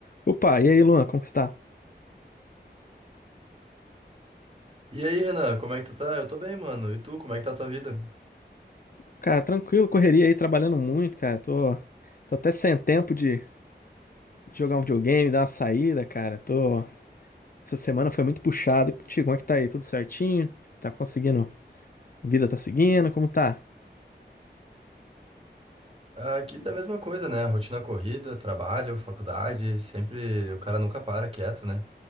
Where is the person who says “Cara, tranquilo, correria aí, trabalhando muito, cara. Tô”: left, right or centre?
Left